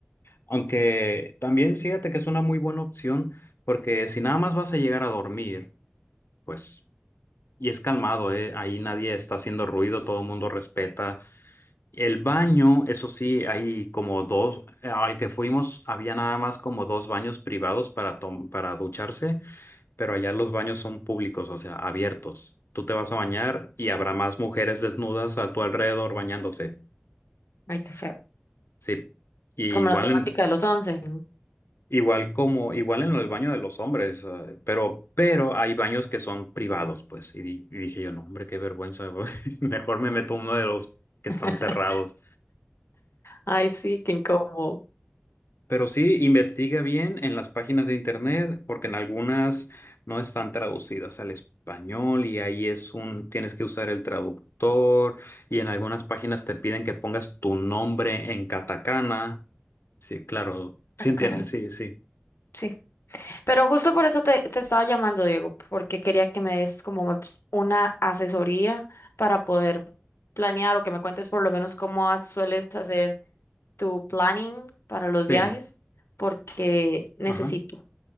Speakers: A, on the left (about 70°); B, on the left (about 85°).
A: Aunque también fíjate que es una muy buena opción, porque si nada más vas a llegar a dormir, pues, y es calmado, eh, ahí nadie está haciendo ruido, todo el mundo respeta El baño, eso sí, hay como dos, al que fuimos había nada más como dos baños privados para, tom- para ducharse, pero allá los baños son públicos, o sea, abiertos. Tú te vas a bañar y habrá más mujeres desnudas a tu alrededor bañándose.
B: Ay, qué feo.
A: Sí, y
B: Como
A: igual
B: la temática
A: en,
B: de los once.
A: igual como, igual en el baño de los hombres, eh, pero, pero hay baños que son privados, pues. Y, di- y dije yo, no, hombre, qué vergüenza, <laughs> mejor me meto a uno de los que
B: <laughs>
A: están cerrados.
B: Ay, sí, qué incómodo.
A: Pero sí, investiga bien en las páginas de internet, porque en algunas no están traducidas al español y ahí es un, tienes que usar el traductor y en algunas páginas te piden que pongas tu nombre en katakana. Sí, claro, sí
B: Ah,
A: entiendes,
B: caray.
A: sí, sí,
B: sí! Pero justo por eso te, te estaba llamando, Diego, porque quería que me des como me- ps- una asesoría para poder planear o que me cuentes por lo menos cómo has- sueles hacer tu planning para los
A: sí.
B: viajes, porque necesito,
A: Ajá.